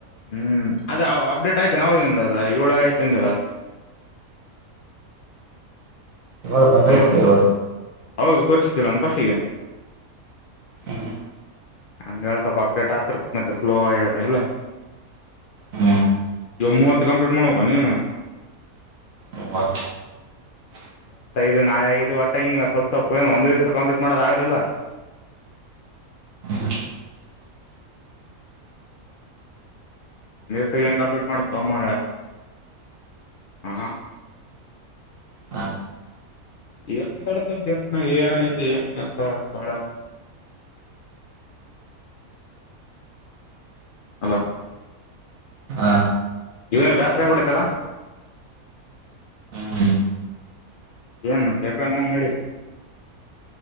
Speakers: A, on the left; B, on the right.
A: ಹ್ಮ್ ಅದ ಅಪ್ಡೇಟ್ ಆಯ್ತ ನಾವ ನಿಿಂದ ಅದ ಏಳು ಆಯ್ತಿಂದಿಲ್ಲ ಅ
B: ಏಳು ಬಂದೈತೆ
A: ಹಾಞ
B: ಏಳು
A: ಅವಾಗ ತೋರಿಸಿದ್ದಿಲ್ಲಾನ ಫಸ್ಟಿಗೆ
B: ಹ್ಮ್
A: ಹಂಗ ಸ್ವಲ್ಪ ಅಪ್ಡೇಟ್ ಆಗ್ತರ್ ಮತ್ತೆ ಸ್ಲೋ ಆಗ್ಯದ ಇಲ್ಲ
B: ಹ್ಮ
A: ಜಮ್ಮು ಅತ್ತು ಕಂಪ್ಲಿೀಟ್ ಮಾಡೋಕನ
B: ್ಮ
A: ಇದು ನಾ ಇದು ಒಟ್ಟ ಹಿಂಗ ಸ್ವಲ್ಪ ಸ್ವಲ್ಪ ಏನು ಒಂದ್ ದಿವ್ಸ ಕಂಪ್ಲೀಟ್ ಮಾಡೋದ ಆಗಲಿಲ್ಲ
B: <inaudible>
A: ಒ ದಿವಸ ಏನ್ ಕಂಪ್ಲೀಟ್ ಮಾಡ್ತವೆ ಮರ ಹ
B: ಹ
A: ಏನ್ ಮಾತಾಡ್ತ ಜನ್ ಏಐತಿ ಂಗ ಎಲ್ಲ ಬಾಳ ಅಲ
B: ಹಾ
A: ಜವ ಬ್ಯಾಸ್ ಸಪಡ ಚಲ
B: ಹ್ಮ್
A: ನ್ ಚೆಕ ನ ನ